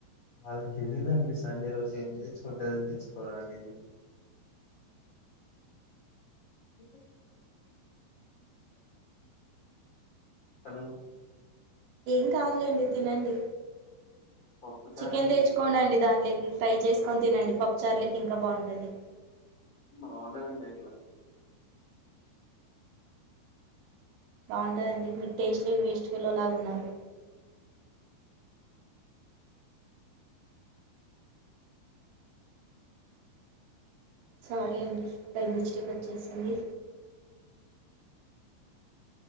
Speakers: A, on the left; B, on the right.
A: వాళ్ళకి తెలియదా ఆండీ సండే రోజు ఏమి తెచుకుంటరని అనేది నిజం హలో
B: ఏం కాదులేండి తినండి
A: పప్పుచారు
B: చికెన్
A: అండి
B: తెచ్చుకోని అండి దాంట్లోకి ఫ్రై చేసుకొని తినండి పప్పు చారు ఇంకా బాగుంటుంది
A: బాగుంటదిండిట్లా
B: బాగుంటుందండి మీరు టేస్ట్ లేని వేస్ట్ ఫెలో లాగ ఉన్నరు సారీ అండి బై మిస్టేక్ వచ్చేసింది